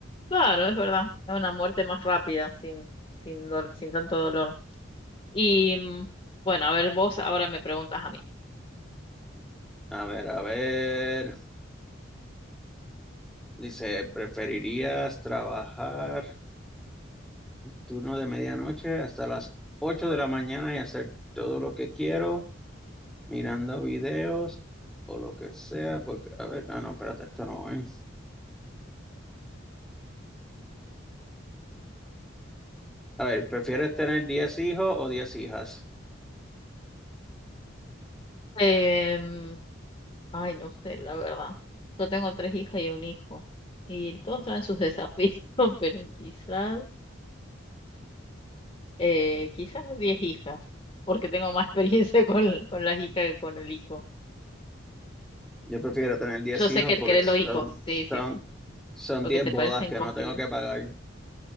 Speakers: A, on the left; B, in the centre.
A: Claro, es verdad. Es una muerte más rápida, sin, sin, dol- sin tanto dolor. Y mm, bueno, a ver, vos ahora me preguntas a mí.
B: A ver, a ver. Dice, ¿preferirías trabajar turno de medianoche hasta las 8 de la mañana y hacer todo lo que quiero, mirando videos o lo que sea? Porque, a ver, ah, no, espérate, esto no, ¿eh? A ver, ¿prefieres tener 10 hijos o 10 hijas?
A: Em, ay, no sé, la verdad. Yo tengo tres hijas y un hijo. Y todos traen sus desafíos, <laughs> pero quizás, eh, quizás diez hijas, porque tengo más <laughs> experiencia con, con las hijas que con el hijo.
B: Yo prefiero tener 10
A: Yo sé
B: hijos
A: que querés
B: porque son,
A: los hijos,
B: son,
A: sí, sí, sí,
B: son
A: porque
B: 10
A: te
B: bodas
A: parecen
B: que
A: complejos.
B: no tengo que pagar.